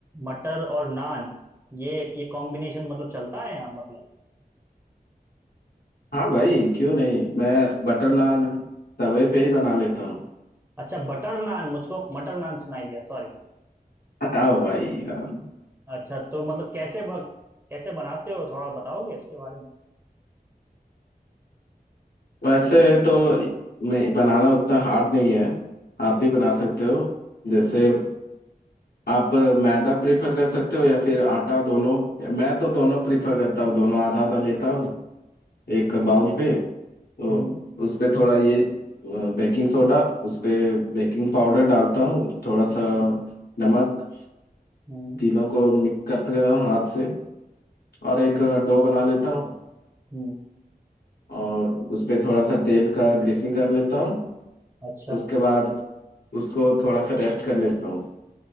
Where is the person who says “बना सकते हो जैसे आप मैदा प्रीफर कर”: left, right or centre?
Left